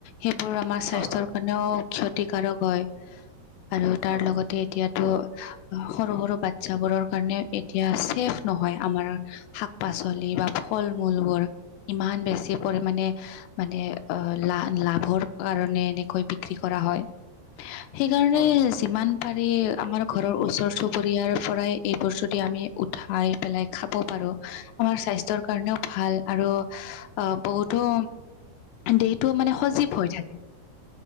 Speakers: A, on the left; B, on the right.
A: সেইবোৰ আমাৰ স্বাস্থ্যৰ
B: হয় হয় হয় হয়
A: কাৰণেও ক্ষতিকাৰক হয়। আৰু তাৰ
B: হয় হয়
A: লগতে এতিয়াত ত সৰু সৰু বাচ্ছাবোৰৰ কাৰণে এতিয়া ছেফ নহয় আমাৰ শাক পাচলি বা ফল মূল বোৰ ইমান বেছি পৰিমাণে মানে অ লা লাভৰ কাৰণে এনেকৈ বিক্ৰী কৰা হয়। সেইকাৰণে
B: হয় হয়
A: যিমান পাৰি আমাৰ ঘৰৰ ওচৰ চুবুৰীয়াৰ পৰাই এইবোৰ যদি আমি উঠাই পেলাই খাব পাৰো। আমাৰ স্বাস্থ্যৰ কাৰণেও ভাল আৰু আহ বহুতো দে- টো মানে সজীৱ হৈ থাকে।